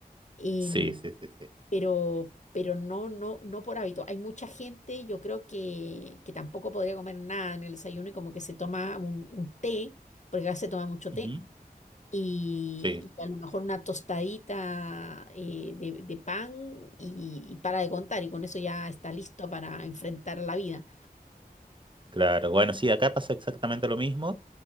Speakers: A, on the left (about 50°); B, on the right (about 30°).
A: em,
B: sí, sí, sí, sí.
A: pero, pero no, no, no por hábito. Hay mucha gente, yo creo que, que tampoco podría comer nada en el desayuno y como que se toma un, un té, porque acá se toma mucho
B: Ujú,
A: té, y,
B: Sí.
A: y a lo mejor una tostadita eh, de, de pan y, y para de contar, y con eso ya está listo para enfrentar la vida.
B: Claro, bueno, sí, acá pasa exactamente lo mismo,